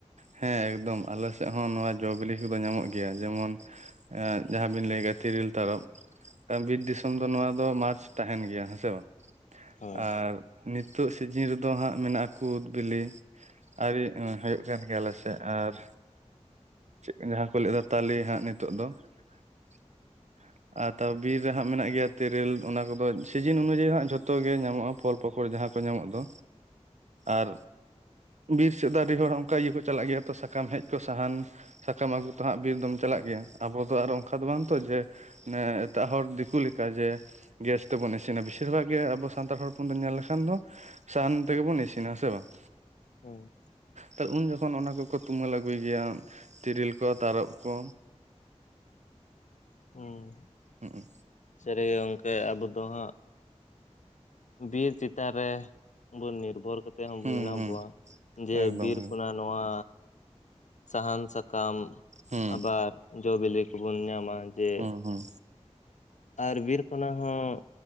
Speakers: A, on the right; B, on the left.
A: ᱦᱮᱸ ᱮᱠᱫᱚᱢ ᱟᱞᱮ ᱥᱮᱫ ᱦᱚᱸ ᱱᱚᱣᱟ ᱡᱚ ᱵᱤᱞᱤ ᱠᱚ ᱫᱚ ᱧᱟᱢᱚᱜ ᱜᱮᱭᱟ ᱡᱮᱢᱚᱱ ᱮᱸ ᱡᱟᱦᱟᱸ ᱵᱤᱱ ᱞᱟᱹᱭ ᱠᱮᱫᱟ ᱛᱤᱨᱤᱞ ᱛᱟᱨᱚᱵ ᱵᱤᱨ ᱫᱤᱥᱚᱢ ᱫᱚ ᱱᱚᱣᱟ ᱫᱚ ᱢᱟᱡᱽ ᱛᱟᱦᱮᱱ ᱜᱮᱭᱟ ᱦᱮᱸ ᱥᱮ ᱵᱟᱝ
B: ᱦᱳᱭ
A: ᱟᱨ ᱱᱤᱛᱚᱜ ᱥᱤᱡᱤᱱ ᱨᱮ ᱫᱚ ᱦᱟᱸᱜ ᱢᱮᱱᱟᱜᱼᱟ ᱠᱩᱫ ᱵᱤᱞᱤ ᱟᱹᱨᱤ ᱦᱩᱭᱩᱜ ᱠᱟᱱ ᱜᱮ ᱜᱮᱭᱟᱞᱮ ᱥᱮᱫ ᱟᱨ ᱪᱮᱫ ᱡᱟᱦᱟᱸ ᱠᱚ ᱞᱟᱹᱭ ᱮᱫᱼᱟ ᱛᱟᱞᱮ ᱦᱟᱸᱜ ᱱᱤᱛᱚᱜ ᱫᱚ <unintelligible> ᱟᱨ ᱛᱟᱣ ᱵᱤᱨ ᱨᱮ ᱦᱟᱸᱜ ᱢᱮᱱᱟᱜ ᱜᱮᱭᱟ ᱛᱮᱨᱮᱞ ᱚᱱᱟ ᱠᱚ ᱫᱚ ᱥᱤᱡᱤᱱ ᱚᱱᱩᱡᱟᱭᱤ ᱦᱟᱸᱜ ᱡᱷᱚᱛᱚ ᱜᱮ ᱧᱟᱢᱚᱜᱼᱟ ᱯᱷᱚᱞ ᱯᱟᱠᱚᱲ ᱡᱟᱦᱟᱸ ᱠᱚ ᱧᱟᱢᱚᱜ ᱫᱚ ᱟᱨ ᱵᱤᱨ ᱥᱮᱫ ᱫᱚ ᱟᱰᱤ ᱦᱚᱲ ᱚᱱᱠᱟ ᱤᱭᱟᱹ ᱠᱚ ᱪᱟᱞᱟᱜ ᱜᱮᱭᱟ ᱛᱚ ᱥᱟᱠᱟᱢ ᱦᱮᱡ ᱠᱚ, ᱥᱟᱦᱟᱱ ᱥᱟᱠᱟᱢ ᱟᱹᱜᱩ ᱛᱚ ᱦᱟᱸᱜ ᱵᱤᱨ ᱫᱚᱢ ᱪᱟᱞᱟᱜ ᱜᱮᱭᱟ, ᱟᱵᱚ ᱫᱚ ᱟᱨ ᱚᱱᱠᱟ ᱫᱚ ᱵᱟᱝ ᱛᱚ ᱡᱮ ᱚᱱᱮ ᱮᱴᱟᱜ ᱦᱚᱲ ᱫᱤᱠᱩ ᱞᱮᱠᱟ ᱡᱮ ᱜᱮᱥ ᱛᱮᱵᱚᱱ ᱤᱥᱤᱱᱟ ᱵᱮᱥᱤᱨ ᱵᱷᱟᱜᱽ ᱜᱮ ᱟᱵᱚ ᱥᱟᱱᱛᱟᱲ ᱦᱚᱯᱚᱱ ᱫᱚ ᱧᱮᱞ ᱞᱮᱠᱷᱟᱱ ᱫᱚ ᱥᱟᱦᱟᱱ ᱛᱮ ᱜᱮ ᱵᱚᱱ ᱤᱥᱤᱱᱟ ᱦᱮ ᱥᱮ ᱵᱟᱝ
B: ᱦᱩᱸ
A: ᱛᱳ ᱩᱱ ᱡᱚᱠᱷᱚᱱ ᱚᱱᱟ ᱠᱚ ᱠᱚ ᱛᱩᱢᱟᱹᱞ ᱟᱹᱜᱩᱭ ᱜᱮᱭᱟ ᱛᱤᱨᱤᱞ ᱠᱚ ᱛᱟᱨᱚᱵ ᱠᱚ
B: ᱦᱩᱸ
A: ᱦᱩᱸ ᱩ
B: ᱥᱟᱹᱨᱤ ᱜᱮ ᱜᱚᱢᱠᱮ ᱟᱵᱚ ᱫᱚ ᱦᱟᱸᱜ ᱵᱤᱨ ᱪᱮᱛᱟᱱ ᱨᱮ ᱵᱚᱱ ᱱᱤᱨᱵᱷᱚᱨ ᱠᱟᱛᱮᱫ ᱦᱚᱸ
A: ᱦᱩᱸ
B: ᱵᱚᱱ ᱢᱮᱱᱟᱜ
A: ᱦᱩᱸ
B: ᱵᱚᱣᱟ ᱡᱮ
A: ᱮᱠᱫᱚᱢ
B: ᱵᱤᱨ
A: ᱮᱠᱫᱚᱢ
B: ᱠᱷᱚᱱᱟᱜ ᱱᱚᱣᱟ ᱥᱟᱦᱟᱱ ᱥᱟᱠᱟᱢ
A: ᱦᱩᱸ
B: ᱟᱵᱟᱨ ᱡᱚ ᱵᱤᱞᱤ ᱠᱚ ᱵᱩᱱ ᱧᱟᱢᱟ ᱡᱮ
A: ᱦᱩᱸ ᱦᱩᱸ
B: ᱟᱨ ᱵᱤᱨ ᱠᱷᱚᱱᱟᱜ ᱦᱚᱸ